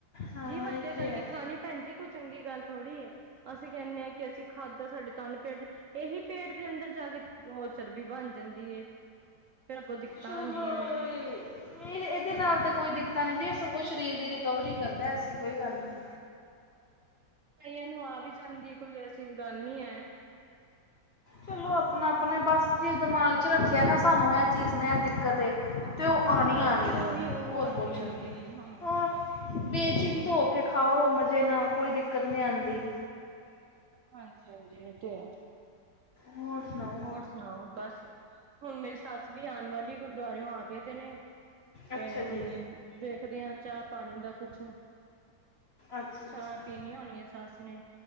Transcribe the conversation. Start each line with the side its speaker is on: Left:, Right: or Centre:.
Left: ਹਾਂ
Right: ਜੀਵ ਹੱਤਿਆ
Left: ਇਹ
Right: ਕਰਕੇ
Left: ਤਾਂ ਹੈ
Right: ਖਾਣੀ ਭੈਣ ਜੀ ਕੋਈ ਚੰਗੀ ਗੱਲ ਥੋੜ੍ਹੀ ਹੈ, ਅਸੀਂ ਕਹਿੰਦੇ ਹਾਂ ਕਿ ਅਸੀਂ ਖਾਦ ਦਾ ਸਾਡੇ ਤਨ ਪੇਟ ਇਹੀ ਪੇਟ ਦੇ ਅੰਦਰ ਜਾ ਕੇ ਉਹ ਚਰਬੀ ਬਣ ਜਾਂਦੀ ਫੇਰ ਅੱਗੋਂ ਦਿੱਕਤਾਂ
Left: ਚਲੋ
Right: ਆਉਂਦੀਆਂ ਨੇ
Left: ਇਹ ਇਹਦੇ ਨਾਲ ਤਾਂ ਕੋਈ ਦਿੱਕਤਾਂ ਨਹੀਂ ਜੀ ਸਗੋਂ ਸਰੀਰ ਦੀ ਰਿਕਵਰੀ ਕਰਦਾ ਐਸੀ ਕੋਈ ਗੱਲ ਨਹੀਂ
Right: ਕਈਆਂ ਨੂੰ ਆ ਵੀ ਜਾਂਦੀ, ਕੋਈ ਐਸੀ ਗੱਲ ਨੀ ਹੈ
Left: ਚਲੋ ਆਪਣਾ-ਆਪਣਾ ਬਸ ਜੇ ਦਿਮਾਗ ' ਰੱਖਿਆ ਨਾ ਸਾਨੂੰ ਇਹ ਚੀਜ਼ ਨੇ ਇਹ ਦਿੱਕਤ ਏ ਤੇ ਉਹ
Right: ਹਾਂ
Left: ਆਉਣੀ-ਆਉਣੀ
Right: ਬਸ ਫੇਰ ਉਹੀ ਉਹ
Left: ਹੋਰ
Right: ਆਉਂਦੀ
Left: ਕੁਛ
Right: ਆਉਂਦੀ
Left: ਨਹੀਂ
Right: ਹਾਂ
Left: ਬੇਚਿੰਨਤ ਹੋ ਕੇ ਖਾਓ ਮਜ਼ੇ ਨਾਲ ਕੋਈ ਦਿੱਕਤ ਨਹੀ ਆਉਂਦੀ
Right: ਹਾਂਜੀ -ਹਾਂਜੀ ਇਹ ਤੇ ਹੈ।
Left: ਹੋਰ ਸੁਣਾਓ
Right: ਹੋਰ ਸੁਣਾਓ ਬਸ, ਹੁਣ ਮੇਰੀ ਸੱਸ ਵੀ ਆਉਣ ਵਾਲੀ ਗ ਗੁਰਦੁਆਰੇ ਤੋਂ ਆ ਗਏ ਤੇ ਨੇ, ਤੇ
Left: ਅੱਛਾ
Right: ਹੁਣ
Left: ਜੀ
Right: ਦੇਖਦੇ ਹਾਂ ਚਾਹ ਪਾਣੀ ਦਾ ਕੁਛ
Left: ਅੱਛਾ
Right: ਚਾਹ
Left: ਅੱਛਾ
Right: ਪੀਣੀ ਹੋਣੀ ਹੈ ਸੱਸ ਨੇ